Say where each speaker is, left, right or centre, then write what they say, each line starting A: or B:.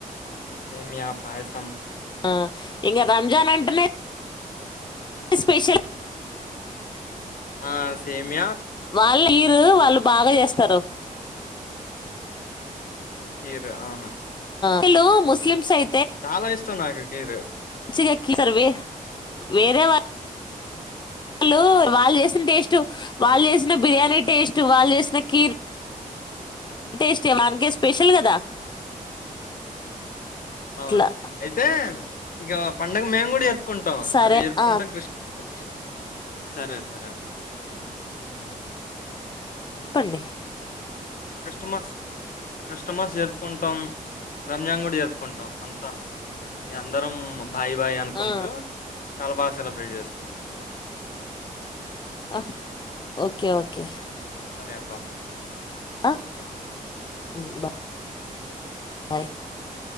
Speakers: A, on the left; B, on the left.
A: సేమియా పాయసం
B: ఆ ఇంగ రంజాన్ అంటనే స్పెషల్
A: ఆ సేమ్యా
B: వాళ్ళు మీరు వాళ్ళు బాగా చేస్తారు
A: కీర్ అను
B: హలో ముస్లిమ్స్ అయి
A: చాలా ఇష్టం నాకు ఇడు
B: మంచిగా ఎకి సర్ వే వేరే వా వాళ్ళు వాళ్ళు చేసిన టేస్ట్ వాళ్ళు చేసిన బిర్యానీ టేస్ట్ వాళ్ళు చేసిన కీర్ టేస్ట్ వానికే స్పెషల్ కదా
A: అవును
B: అట్లా
A: అయితే ఇగ ప పండగ మేము కూడా జ చెప్పుకుంటాం
B: సరే
A: అది జరుపుకుంటాం
B: ఆ
A: క్రిష్ క్రిష్ సరే సరే అప్ప
B: పండి
A: క్రిస్టమస్ క్రిస్టమస్ జరుపుకుంటాం రంజాన్ కూడా జరుపుకుంటాం అంతా ఈ అందరం బాయ్ బాయ్ అనుకుంటూ
B: ఆ
A: చాలా బాగా సే <unintelligible>
B: హా ఓకే ఓకే ఓకే
A: సరే అబ్బా
B: ఆ హు
A: ఓకే అబ్బా
B: బా
A: ఓకే.
B: <inaudible>